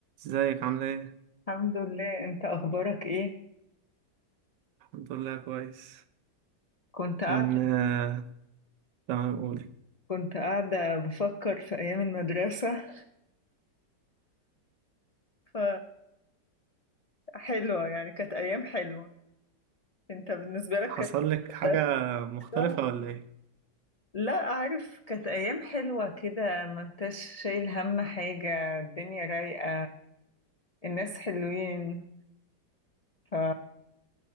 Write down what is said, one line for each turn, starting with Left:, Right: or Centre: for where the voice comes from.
Right: ازيك عاملة ايه؟
Left: الحمد لله انت اخبارك ايه
Right: الحمد لله كويس
Left: كنت
Right: كان
Left: قاعده
Right: آه، تمام قولي
Left: كنت قاعده بفكر في ايام المدرسه ف حلوه يعني كانت ايام حلوه انت بالنسبه لك
Right: حصل
Left: كانت
Right: لك حاجة
Left: أيام
Right: مختلفة
Left: حلوه
Right: ولا ايه؟
Left: لا عارف كانت ايام حلوه كده ما انتش شايل هم حاجه الدنيا رايقه الناس حلوين ف